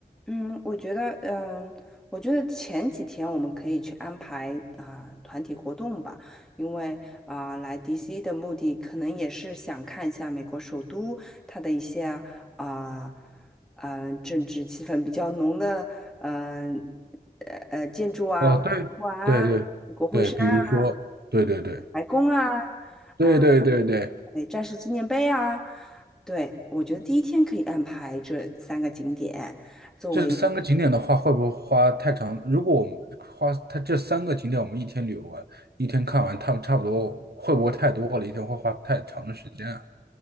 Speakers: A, in the centre; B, on the right.
A: 嗯，我觉得，嗯，我觉得前几天我们可以去安排啊、团体活动吧，因为啊、来 DC 的目的可能也是想看一下美国首都它的一些啊嗯、政治气氛比较浓的嗯呃呃建筑啊、
B: 哦，
A: 博物馆啊、
B: 对对对对，
A: 国会山啊、
B: 比如说，对对对。
A: 白宫啊
B: 对对对对，
A: 啊、对，战士纪念碑啊，对，我觉得第一天可以安排这三个景点，作为
B: 这三个景点的话，会不会花太长？如果我们花它这三个景点，我们一天旅游完，一天看完，它们差不多会不会太多了？一天会花太长的时间啊？